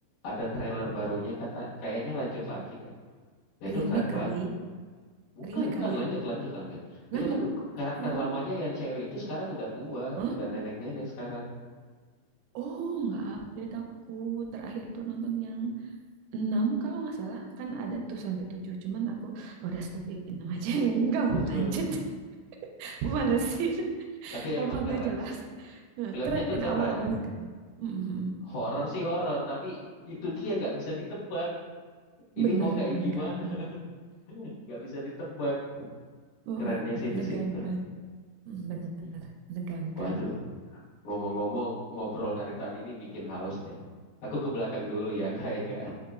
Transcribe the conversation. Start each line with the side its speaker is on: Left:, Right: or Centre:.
Left: Ada trailer barunya kata kayaknya lanjut lagi deh. Nah, itu
Right: Remake
Left: keren
Right: kali,
Left: banget. Bukan,
Right: remake
Left: bukan.
Right: kali
Left: Lanjut,
Right: ya.
Left: lanjut, lanjut.
Right: Lanjut.
Left: Itu kan karakter
Right: Oh,
Left: lamanya yang cewek itu sekarang udah tua,
Right: hah?
Left: udah nenek-nenek sekarang.
Right: Oh, nggak update aku. Terakhir tuh nonton yang 6 kalau nggak salah. Kan ada tuh sampai 7, Cuman aku "Oh, udah stop di 6 aja. <laughs> Nggak mau
Left: <laughs>
Right: lanjut. <laughs> Malesin.
Left: Tapi
Right: tambah
Left: emang keren
Right: gak jelas.
Left: sih.
Right: <laughs> Nah,
Left: Filmnya
Right: keren
Left: tuh
Right: awal-awalnya
Left: keren.
Right: keren. Mhm.
Left: Horor sih horor, tapi itu dia nggak bisa ditebak. Ini
Right: Bener
Left: mau kayak
Right: menegangkan.
Left: gimana? <laughs> Nggak bisa ditebak.
Right: uh
Left: Kerennya sih
Right: Menegangkan.
Left: di situ.
Right: Mm, Bener
Left: Hmm.
Right: menegangkan.
Left: Waduh, ngomong-ngomong ngobrol dari tadi ini bikin haus deh. Aku ke belakang dulu ya, <laughs> kayaknya.